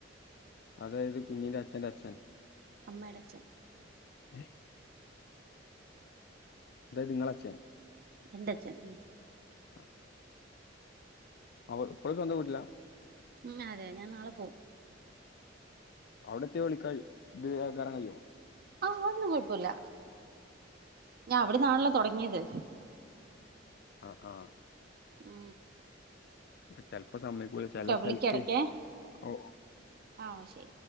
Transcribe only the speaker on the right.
അമ്മ എടച്ചഛൻ
എന്റെച്ഛൻ മ്
മ് അതെ ഞാൻ നാളെ പോവും
ആ അതൊന്നും കുഴപ്പമില്ല ഞാൻ അവിടന്നാണല്ലോ തുടങ്ങിയത്
മ്
വിളിക്ക ഇടയ്ക്കേ
ആഹ് ശരി